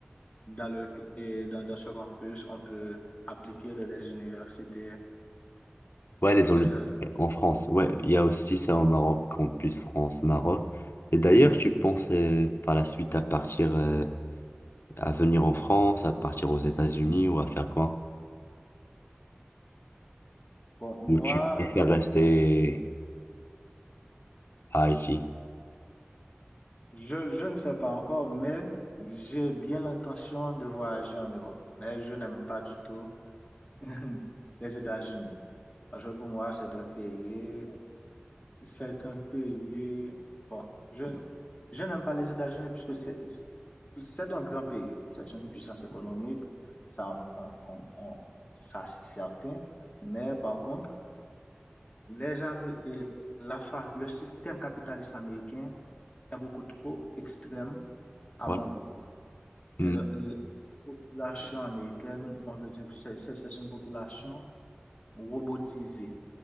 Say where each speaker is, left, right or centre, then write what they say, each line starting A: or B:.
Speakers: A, on the left; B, on the left.
A: Dans le, et dans, dans ce campus, on peut appliquer dans des universités
B: Ouais, les
A: Déjà,
B: en, en France. Ouais, il y a aussi ça au Maroc, campus France, Maroc. Et d'ailleurs, tu penses euh, par la suite à partir, euh, à venir en France, à partir aux États-Unis ou à faire quoi?
A: bon, moi,
B: Ou tu préfères rester à Haïti?
A: je, je ne sais pas encore, mais j'ai bien l'intention de voyager en Europe. Mais je n'aime pas du tout <laughs> les États-Unis. Parce que pour moi, c'est un pays, c'est un pays, bon, je, n- je n'aime pas les États-Unis puisque c'est, c'est un grand pays. C'est une puissance économique. Ça, on- on- on- ça, c'est certain. Mais par contre, les Amé- et la, fa- le système capitaliste américain, est beaucoup trop extrême à
B: Ouais.
A: mon goût.
B: Mm.
A: C'est la population américaine, on peut dire que c'est c'est- une population robotisée.